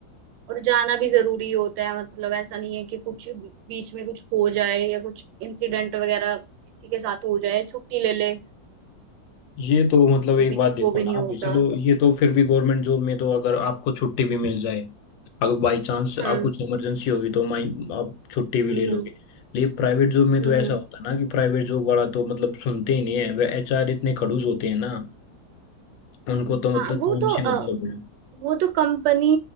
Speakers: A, on the right; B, on the left.
A: और जाना भी जरूरी होता है मतलब ऐसा नहीं है कि कुछ बीच में कुछ हो जाए या कुछ इंसिडेंट वगैरह किसी के साथ हो जाए छुट्टी ले ले
B: ये तो मतलब एक
A: वो भी
B: बात देखो
A: वो भी
B: ना
A: नहीं
B: आप
A: होता
B: चलो ये तो फिर भी गवर्नमेंट जॉब में तो अगर आपको छुट्टी भी मिल जाए अगर बाई चांस
A: हम्म
B: आप कुछ इमरजेंसी होगी तो माई आप छुट्टी भी
A: हम्म
B: ले लोगे
A: हम्म
B: लेकिन प्राइवेट जॉब में
A: हम्म
B: तो ऐसा
A: हम्म।
B: होता है ना कि प्राइवेट जॉब वाला तो मतलब सुनते ही नहीं है वे एचआर इतने खड़ूस होते हैं ना उनको तो
A: हाँ
B: मतलब
A: वो
B: काम
A: तो
B: से
A: अ,
B: मतलब है
A: वो तो कंपनी